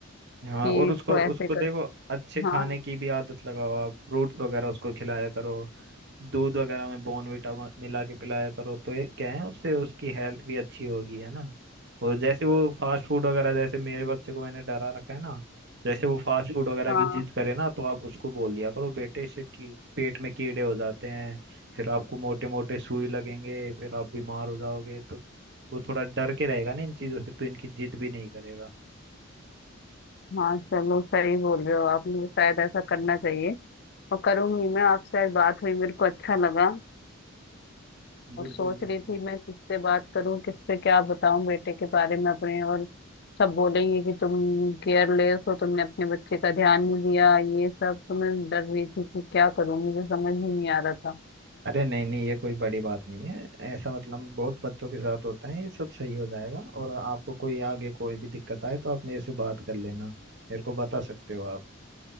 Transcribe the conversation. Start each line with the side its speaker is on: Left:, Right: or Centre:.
Right: हाँ
Left: कि
Right: और
Left: इसको
Right: उसको
Left: ऐसे
Right: उसको देखो
Left: कर
Right: अच्छे खाने
Left: हाँ
Right: की भी आदत लगाओ आप फ्रूट्स वगैरह उसको खिलाया करो दूध वगैरह में बॉर्नवीटा मिला के पिलाया करो तो ये क्या है उससे उसकी हेल्थ भी अच्छी होगी है ना और जैसे वो फास्ट फूड वगैरह जैसे मेरे बच्चे को मैंने डरा रखा है ना जैसे वो फास्ट फूड वगैरह
Left: हाँ
Right: की जिद करे ना तो आप उसको बोल दिया करो बेटे इससे की, पेट में कीड़े हो जाते हैं फिर आपको मोटे मोटे सुई लगेंगे फिर आप बीमार हो जाओगे तो वो थोड़ा डर के रहेगा ना इन चीजों से तो इनकी जिद भी नहीं करेगा
Left: हाँ चलो सही बोल रहे हो आप मुझे शायद ऐसा करना चाहिए और करूंगी मैं आपसे आज बात हुई मेरे को अच्छा लगा
Right: बिल्कुल
Left: और सोच
Right: बिल्कुल
Left: रही थी मैं किससे बात करूं किससे क्या बताऊं बेटे के बारे में अपने और सब बोलेंगे कि तुम केयरलेस हो तुमने अपने बच्चे का ध्यान नहीं दिया ये सब तो मैं डर रही थी कि क्या करूं मुझे समझ ही नहीं आ रहा था
Right: अरे नहीं नहीं ये कोई बड़ी बात नहीं है ऐसा मतलब बहुत बच्चों के साथ होता है ये सब सही हो जाएगा और आपको कोई आगे कोई भी दिक्कत आए तो आप मेरे से बात कर लेना मेरे को बता सकते हो आप